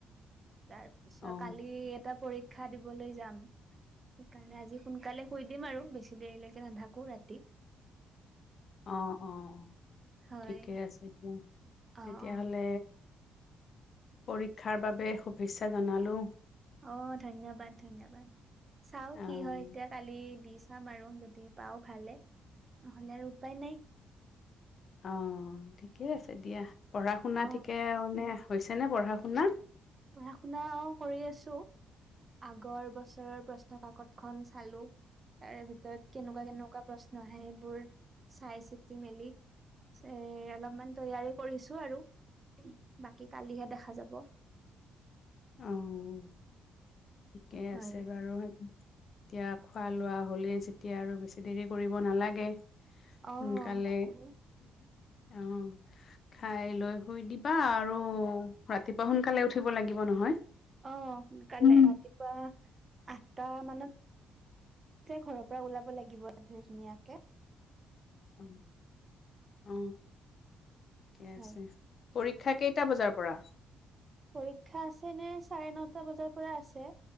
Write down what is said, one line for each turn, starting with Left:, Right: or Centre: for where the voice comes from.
Right: তাৰ পিছত
Left: অ
Right: কালি এটা পৰীক্ষা দিবলৈ যাম। সেই কাৰণে আজি সোনকালে শুই দিম আৰু বেছি দেৰিলৈকে নাথাকোঁ ৰাতি।
Left: অ' অ'
Right: হয়
Left: ঠিকে আছে দিয়া। তেতিয়া
Right: অ অ
Left: হ'লে পৰীক্ষাৰ বাবে শুভেচ্ছা জনালোঁ।
Right: অ' ধন্যবাদ, ধন্যবাদ। চাওঁ
Left: আহ
Right: কি হয়, এতিয়া কালি দি চাম আৰু যদি পাওঁ ভালে। নহ'লে আৰু উপায় নাই।
Left: অ' ঠিকে আছে দিয়া। পঢ়া শুনা
Right: অ
Left: ঠিকে মানে হৈছে নে পঢ়া শুনা।
Right: পঢ়া শুনা কৰি আছোঁ। আগৰ বছৰৰ প্ৰশ্ন কাকত খন চালোঁ। তাৰে ভিতৰত কেনেকুৱা কেনেকুৱা প্ৰশ্ন আহে সেইবোৰ চাই চিতি মেলি পিছে অলপমান তৈয়াৰী কৰিছোঁ আৰু বাকী কালিহে দেখা যাব।
Left: অহ' ঠিকে
Right: হয়
Left: আছে বাৰু। এতিয়া খোৱা লোৱা হ'লে যেতিয়া বেছি দেৰি কৰিব নালাগে। সোনকালে‌
Right: অ নকৰো
Left: অ' খাই লৈ শুই দিবা আৰু ৰাতিপুৱা সোনকালে উঠিব লাগিব নহয়।
Right: অ, দুকালে
Left: উম
Right: ৰাতিপুৱা আঠটা মানত। যে ঘৰৰ পৰা ওলাব লাগিব ধুই ধুনীয়াকে।
Left: অ- অ ঠিকে আছে।
Right: হয়
Left: পৰীক্ষা কেইটা বজাৰ পৰা?
Right: পৰীক্ষা আছে নে, চাৰে নটা বজাৰ পৰা আছে